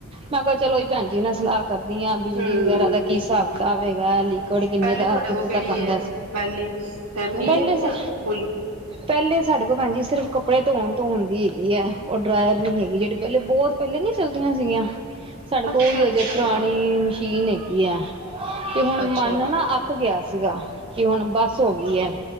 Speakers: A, on the right (about 25°); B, on the right (about 80°).
A: ਮੈਂ ਕਹਾ ਚਲੋ ਭੈਣਜੀ ਨਾ ਸਲਾਹ ਕਰਦੀਆਂ ਬਿਜਲੀ
B: ਹੂੰ
A: ਵਗੈਰਾ ਦਾ ਕੀ ਹਿਸਾਬ ਕਿਤਾਬ <unintelligible>
B: ਪਹਿਲੇ
A: ਦਾ
B: ਤੁਹਾਡੇ
A: ਕਿੱਥੇ
B: ਕੋਲ ਕਿਹੜੀ
A: ਤੱਕ ਆਉਂਦਾ
B: ਹੈ ਪਹਿਲੀ ਸੈਮੀ
A: ਪਹਿਲੇ
B: ਹੈ ਜਾ ਫੁੱਲ
A: ਪਹਿਲੇ ਸਾਡੇ ਕੋਲ ਭੈਣ ਜੀ ਸਿਰਫ ਕੱਪੜੇ ਧੋਣ ਧੋਣ ਦੀ ਹੈਗੀ ਹ ਉਹ ਡਰਾਇਰ ਨਹੀਂ ਹੈਗੀ ਜਿਹੜੀ ਪਹਿਲੇ ਬਹੁਤ ਪਹਿਲੇ ਨਹੀਂ ਚੱਲਦੀਆਂ ਸੀਗੀਆਂ ਸਾਡੇ ਕੋਲ
B: ਅੱਛਾ ਅੱਛਾ
A: ਅਜੇ ਪੁਰਾਣੀ ਮਸ਼ੀਨ ਹੈ <unintelligible> ਤੇ ਹੁਣ
B: ਅੱਛਾ
A: ਮਨ ਨਾ ਅੱਕ ਗਿਆ ਸੀ ਗਾ ਕੀ ਹੁਣ ਬਸ ਹੋ ਗਈ ਹੈ